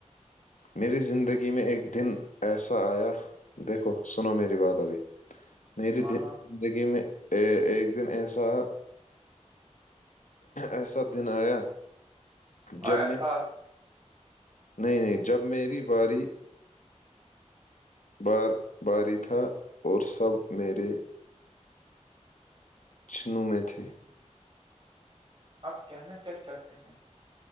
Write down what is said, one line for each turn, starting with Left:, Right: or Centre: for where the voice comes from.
Left: میری زندگی میں ایک دن ایسا آیا دیکھو سنو میری بات ابھی میری
Right: ہاں ہاں
Left: زندگی میں ایک دن ایسا ایسا دن آیا جب
Right: آیا
Left: میں
Right: تھا
Left: نہیں نہیں جب میری باری بار باری تھا اور سب میرے چنو میں تھے
Right: آپ کہنا کیا چاہتے ہیں